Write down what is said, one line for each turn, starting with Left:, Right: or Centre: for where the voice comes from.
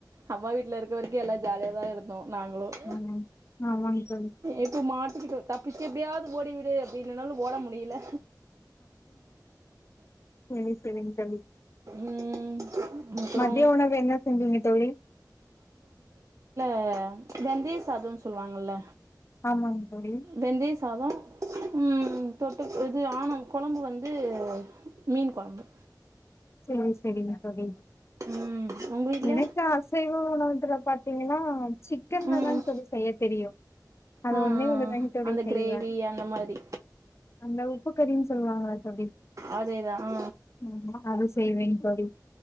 Right: அம்மா வீட்டில் இருக்கிறரைக்கும் எல்லாம் ஜாலியாக தான் இருந்தோம் நாங்களும்
Left: ஆமாங் ஆமாங் தோழி
Right: எப்போ மாட் தப்பிச்சு எப்படியாவது ஓடி விடு னாலும் ஓட முடியல
Left: சரி சரிங்க தோழி
Right: ம் அப்புறோ
Left: மத்திய உணவு என்ன செஞ்சிங்க தோழி
Right: ஆ வெந்தய சாதம்ன் சொல்லுவாங்கல்ல
Left: ஆமாங் தோழி
Right: வெந்தய சாதம் உம் தொட்டு இது ஆனும் குழம்பு வந்து மீன் கொழம்பு
Left: சரிங்க சரிங்க தோழி
Right: ம் உங்க வீட்ல
Left: எனக்கு அசைவ உணவத்துல பாத்தீங்கன்னா சிக்கன்லதாங்
Right: ம்
Left: தோழி செய்ய தெரியும் அது
Right: ஆ
Left: ஒன்னே
Right: ஆ
Left: ஒன்னு தாங் தோழி
Right: அந்த
Left: செய்வே
Right: கிரேவி அந்த மாரி
Left: அந்த உப்பு கறின்னு சொல்லுவாங்கல்ல தோழி
Right: அதேதா ஆ
Left: ம் அது செ செய்வேங் தோழி